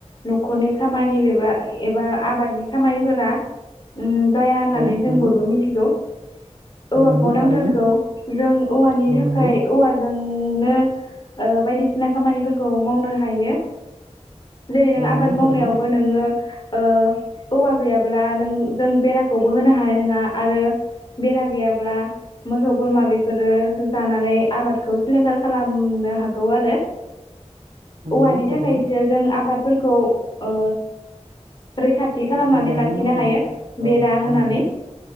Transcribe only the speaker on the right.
औ
नंगौ
औ नंगौ
थारैनो
औ
नंगौ
औ
नंगौ
थारैनो
औ नंगौ
थारैनो
मोजाङै
मावलांनो
औ
औ
नंगौ